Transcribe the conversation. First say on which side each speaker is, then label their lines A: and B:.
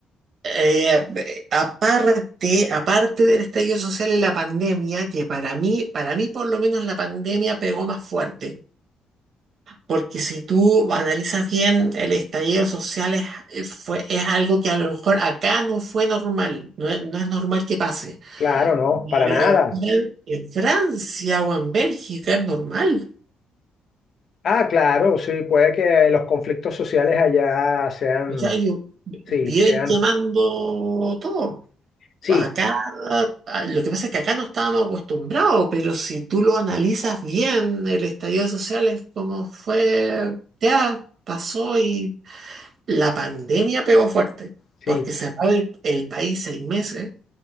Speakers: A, on the right; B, on the left.
A: eh, eh, aparte, aparte del estallido social y la pandemia, que para mí, para mí por lo menos la pandemia pegó más fuerte. Porque si tú analizas bien, el estallido social es, eh, fue, es algo que a lo mejor acá no fue normal, no es, no es normal que pase.
B: Claro, no,
A: Pero
B: para nada.
A: en, en Francia o en Bélgica es normal.
B: Ah, claro, sí, puede que los conflictos sociales allá sean,
A: O sea, ellos viven
B: sí, sean,
A: quemando todo.
B: sí,
A: Acá, ah, lo que pasa es que acá no estábamos acostumbrados, pero si tú lo analizas bien, el estallido social es como fue, ya pasó y la pandemia pegó fuerte,
B: sí,
A: porque cerrar el, el país seis meses